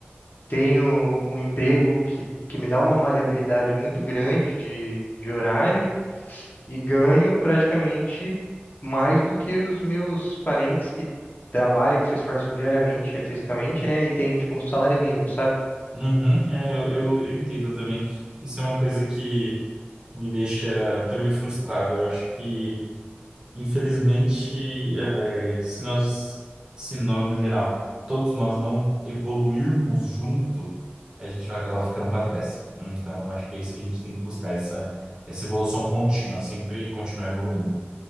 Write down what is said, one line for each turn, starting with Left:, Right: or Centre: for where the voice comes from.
Left: tenho um emprego que, que me dá uma maleabilidade muito grande de, de horário. e ganho praticamente mais do que os meus parentes que trabalham e se esforçam diariamente, eh, fisicamente, né? E tem tipo um salário mínimo, sabe?
Right: Uhum. É, eu, eu, eu entendo também. Isso é uma coisa que me deixa também frustrado. Eu acho que, infelizmente, eh, se nós, se nós no geral, todos nós não evoluirmos junto, a gente vai acabar ficando para trás. Então, eu acho que é isso que a gente tem que buscar, essa, essa evolução contínua, sempre continuar evoluindo.